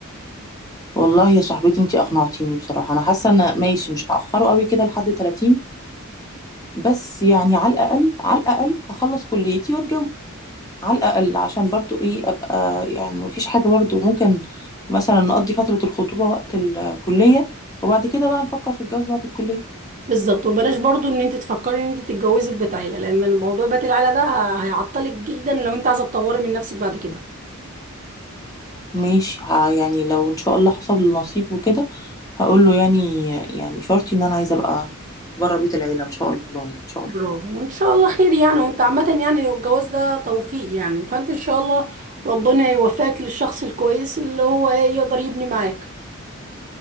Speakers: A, on the left (about 15°); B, on the right (about 35°).
A: والله يا صاحبتي انتي اقنعتيني بصراحه انا حاسه ان ماشي مش هاخره قوي كده لحد 30 بس يعني على الاقل على الاقل هخلص كليتي واتجوز على الأقل عشان برضو إيه أبقى يعني مفيش حاجة برضو ممكن مثلا نقضي فترة الخطوبة وقت الكلية وبعد كده بقى نفكر في الجواز بعد الكلية
B: بالظبط وبلاش برضو ان انت تفكري ان انت تتجوزي في بيت عيله لان الموضوع بيت العيله ده هيعطلك جدا لو انت عايزه تطوري من نفسك بعد كده
A: ماشي ه- يعني لو إن شاء الله حصل النصيب وكده هقول له يعني يعني شرطي إن أنا عايزة أبقى بره بيت العيلة إن شاء الله يعني إن شاء
B: برافو
A: الله
B: وان شاء الله خير يعني وانت عامة يعني الجواز ده توفيق يعني فانت ان شاء الله ربنا يوفقك للشخص الكويس اللي هو ايه يقدر يبني معاك